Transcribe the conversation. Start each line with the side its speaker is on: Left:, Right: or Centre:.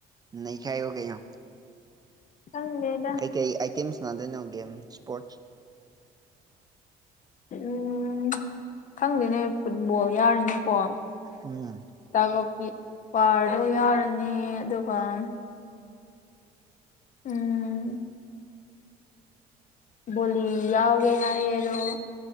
Right: ꯅꯩꯈꯥꯏꯌꯨ ꯀꯩꯩꯅꯣ
Left: ꯈꯪꯗꯦꯗ
Right: ꯀꯩ ꯑꯥꯏꯇꯦꯝꯁ ꯅꯥꯗꯣꯏꯅꯣ ꯒꯦꯝ ꯏꯁꯄꯣꯔꯠꯁ
Left: ꯎꯝ ꯈꯪꯗꯦꯅꯦ ꯐꯨꯠꯕꯣꯜ ꯌꯥꯔꯤꯅꯤꯀꯣ
Right: ꯎꯝ
Left: ꯇꯥꯀꯣꯛꯄꯤ ꯄꯥꯔꯗꯣ ꯌꯥꯎꯔꯅꯤ ꯑꯗꯨꯒ <inaudible> ꯎꯝ ꯕꯣꯂꯤ ꯌꯥꯎꯒꯦ ꯍꯥꯏꯌꯦꯗꯣ